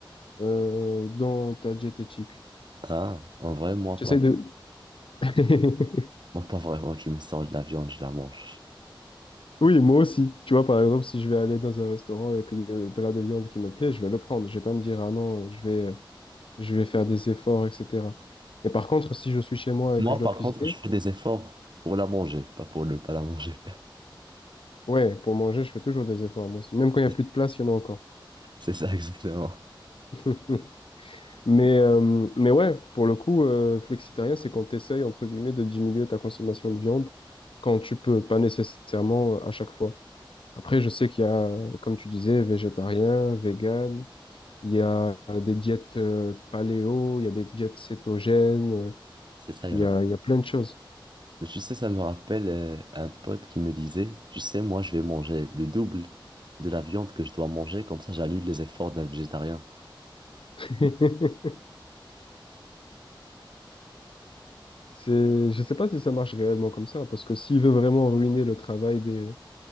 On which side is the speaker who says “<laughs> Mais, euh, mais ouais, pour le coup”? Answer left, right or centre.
Left